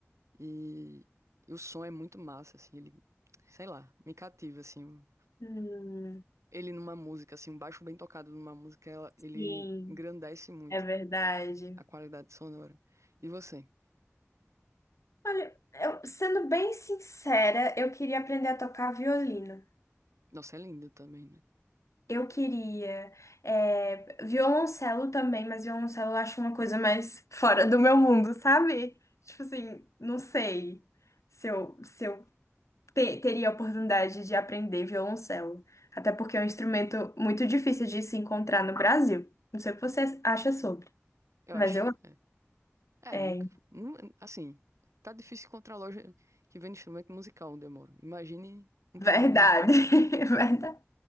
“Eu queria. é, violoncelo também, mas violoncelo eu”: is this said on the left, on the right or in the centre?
Left